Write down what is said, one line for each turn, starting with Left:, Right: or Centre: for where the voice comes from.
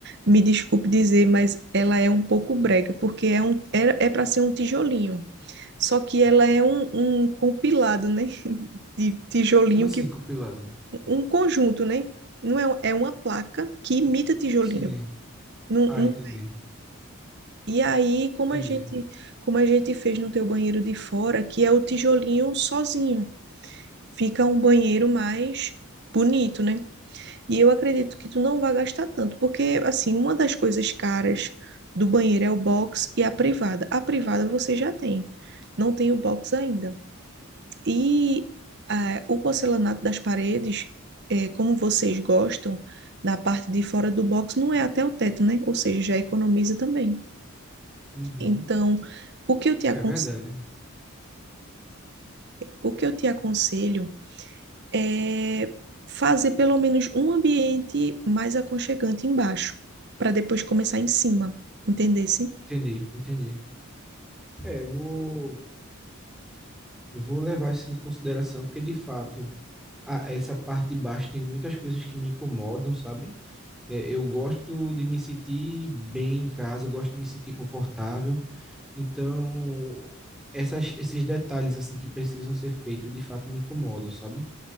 Right: me desculpe dizer, mas ela é um pouco brega, porque é um, era- é para ser um tijolinho. Só que ela é um, um compilado, né? <laughs> De tijolinho
Centre: Como assim,
Right: que
Centre: compilado?
Right: um conjunto, né? Não é, um- é uma placa que imita tijolinho.
Centre: Sim.
Right: Não-
Centre: Ah,
Right: não-
Centre: entendi.
Right: e aí, como
Centre: Entendi.
Right: a gente, como a gente fez no teu banheiro de fora, que é o tijolinho sozinho. fica um banheiro mais bonito, né? E eu acredito que tu não vai gastar tanto, porque assim, uma das coisas caras do banheiro é o box e a privada. A privada você já tem, não tem o box ainda. E ah, o porcelanato das paredes, eh, como vocês gostam, na parte de fora do box não é até o teto, né? Ou seja, já economiza também.
Centre: Uhum.
Right: Então, o que eu te aconselho,
Centre: É verdade.
Right: o que eu te aconselho é, fazer pelo menos um ambiente mais aconchegante embaixo, para depois começar em cima, entendesse?
Centre: Entendi, entendi. É, eu vou, vou levar isso em consideração, porque de fato, a- essa parte de baixo tem muitas coisas que me incomodam, sabe? É, eu gosto de me sentir bem em casa, eu gosto de me sentir confortável. Então, essas, esses detalhes assim que precisam ser feitos, de fato, me incomodam, sabe?